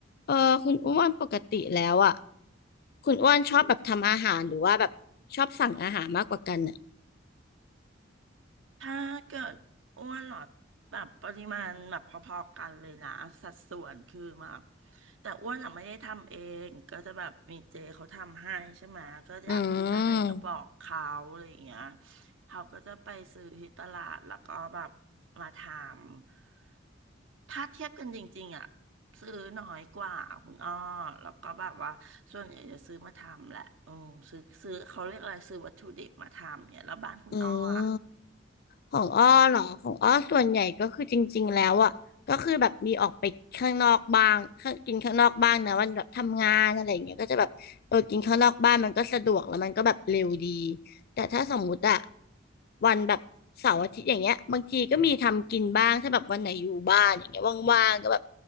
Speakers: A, on the left; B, on the right.
A: เออคุณอ้วนปกติแล้วอ่ะคุณอ้วนชอบแบบทำอาหารหรือว่าแบบชอบสั่งอาหารมากกว่ากันอ่ะ
B: ถ้าเกิดอ้วนเหรอแบบปริมาณแบบพอๆกันเลยนะสัดส่วนคือแบบแต่อ้วนอะไม่ได้ทำเองก็จะแบบมีเจเขาทำให้ใช่ไหมก็อยากกินอะไรก็บอกเขาอะไรอย่างเงี้ย
A: อืม
B: เขาก็จะไปซื้อที่ตลาดแล้วก็แบบมาทำถ้าเทียบกันจริงๆอ่ะซื้อน้อยกว่าคุณอ้อแล้วก็แบบว่าส่วนใหญ่จะซื้อมาทำแหละอืมซื้อซื้อเขาเรียกอะไรซื้อวัตถุดิบมาทำเนี่ยแล้วบ้านคุณอ้ออะ
A: อืม ของอ้อเนาะของอ้อส่วนใหญ่ก็คือจริงๆแล้วอ่ะก็คือแบบมีออกไปข้างนอกบ้างข้างกินข้างนอกบ้างนะวันแบบทำงานอะไรอย่างเงี้ยก็จะแบบเออกินข้างนอกบ้านมันก็สะดวกแล้วมันก็แบบเร็วดีแต่ถ้าสมมุติอะวันแบบเสาร์อาทิตย์อย่างเงี้ยบางทีก็มีทำกินบ้างถ้าแบบวันไหนอยู่บ้านอย่างเงี้ยว่างๆก็แบบ